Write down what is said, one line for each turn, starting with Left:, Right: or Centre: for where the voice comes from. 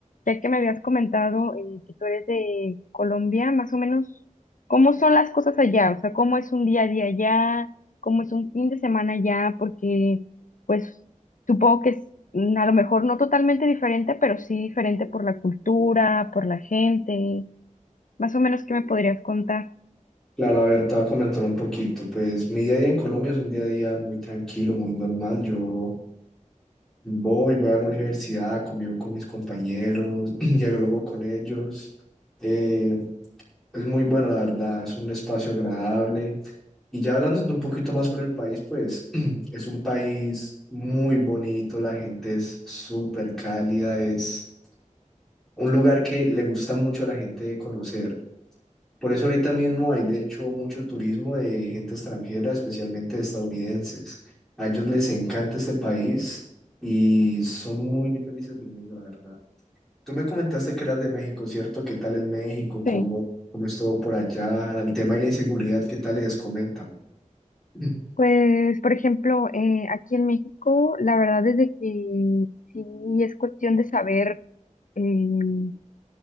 Left: ya que me habías comentado eh, que tú eres de Colombia, más o menos, ¿cómo son las cosas allá? O sea, ¿cómo es un día a día allá? ¿Cómo es un fin de semana allá? Porque, pues, supongo que es mm, a lo mejor no totalmente diferente, pero sí diferente por la cultura, por la gente. Más o menos, ¿qué me podrías contar?
Centre: Claro, a ver, te voy a comentar un poquito. Pues mi día a día en Colombia es un día a día muy tranquilo, muy normal. Yo voy, voy a la universidad, convivo con mis compañeros, <clears throat> dialogo con ellos. Eh, es muy bueno, la verdad, es un espacio agradable. Y ya hablando un poquito más sobre el país, pues <clears throat> es un país muy bonito, la gente es súper cálida, es un lugar que le gusta mucho a la gente de conocer. Por eso ahorita mismo hay de hecho mucho turismo de gente extranjera, especialmente de estadounidenses. A ellos les encanta este país y son muy felices viniendo, la verdad. Tú me comentaste que eras de México, ¿cierto? ¿Qué tal es México? ¿Cómo,
Left: Sí.
Centre: cómo es todo por allá? El tema de la inseguridad, ¿qué tal les comentan? <clears throat>
Left: Pues, por ejemplo, eh, aquí en México, la verdad es de que sí es cuestión de saber eh,